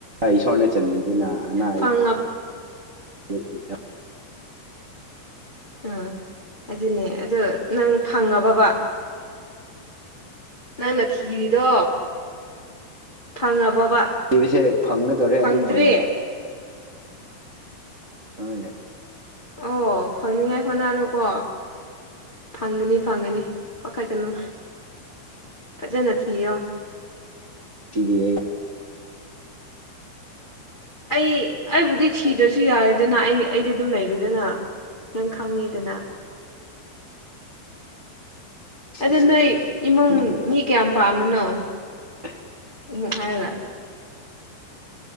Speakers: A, on the right (about 55°); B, on the left (about 80°).
A: ꯏꯁꯣꯔꯅ ꯆꯟꯕꯤꯗꯨꯅ ꯑꯅꯥ ꯑꯌꯦꯛ
B: ꯐꯪꯉ
A: ꯍ
B: ꯑꯥ ꯑꯗꯨꯅꯦ ꯑꯗꯨ ꯅꯪ ꯐꯪꯉꯕꯕꯥ ꯅꯪꯅ ꯊꯤꯔꯤꯗꯣ ꯐꯪꯉꯕꯕ
A: ꯕꯁꯦ ꯐꯪꯒꯗꯣꯔꯦ
B: ꯐꯪꯗ꯭ꯔꯤ
A: ꯑꯗꯨ ꯐꯪ <unintelligible> ꯑ
B: ꯑꯣ ꯐꯪꯅꯤꯉꯥꯏ ꯍꯣꯅꯔꯣ ꯀꯣ ꯐꯪꯒꯅꯤ ꯐꯪꯒꯅꯤ ꯄꯈꯥꯠ ꯀꯅꯣ ꯐꯖꯅ ꯊꯤꯌꯣ
A: ꯁꯤꯗꯤ
B: ꯑꯩ ꯑꯩꯕꯨꯗꯤ ꯊꯤꯗꯣꯏꯁꯤ ꯁꯤ ꯌꯥꯔꯦꯗꯅ ꯑꯩ ꯑꯩꯗꯤ ꯑꯗꯨꯝ ꯂꯩꯔꯦꯗꯅ ꯅꯪ ꯈꯪꯉꯦꯗꯅ
A: ꯂꯩꯁꯦ
B: ꯑꯗ ꯅꯣꯏ ꯏꯃꯨꯡ
A: ꯑꯁ
B: ꯃꯤ ꯀꯌꯥꯝ ꯄꯥꯝꯕꯅꯣ
A: <unintelligible>
B: ꯎꯝ ꯍꯥꯌꯔꯒꯥ